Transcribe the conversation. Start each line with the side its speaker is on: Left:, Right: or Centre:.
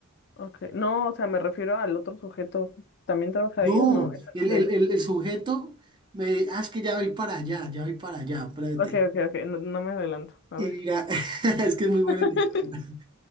Left: Okay. No, o sea, me refiero al otro sujeto. ¿También trabaja
Right: No,
Left: ahí o no? no
Right: el,
Left: De
Right: el,
Left: ahí.
Right: el, el sujeto me dice, ah, es que ya voy para allá, ya voy para allá, espérate.
Left: Ok, ok, ok, no, no me adelanto. A
Right: Y
Left: ver.
Right: mira, <laughs> es que es muy buena
Left: <laughs>
Right: la historia.